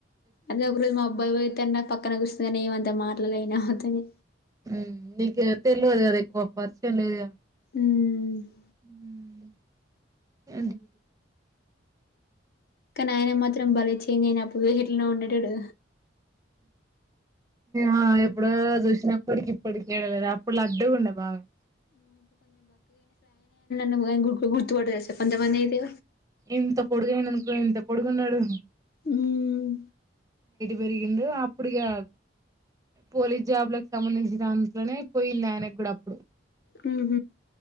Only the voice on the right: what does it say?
మ్ నీక తెల్వదు కదా ఎక్కువ పరిచయం లేదు కద
మ్ ఏంటి
ఆ ఎప్పుడో చూశినప్పటికి ఇప్పటికదు అప్పుడు లడ్డుగుండె బాగా
ఎంత పొడుగయననుకో ఎంత పొడుగున్నాడు
పెరిగింది అప్పుడిగా పోలీస్ జాబ్ లకు సంబంధించిన దాంట్లోనే పోయింది ఆయనకు గుడ అప్ప్డు